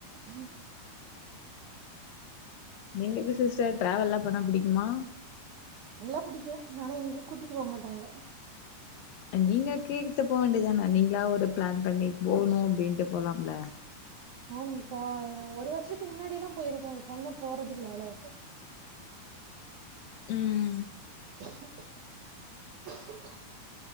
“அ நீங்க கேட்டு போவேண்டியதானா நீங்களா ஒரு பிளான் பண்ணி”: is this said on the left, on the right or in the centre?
Left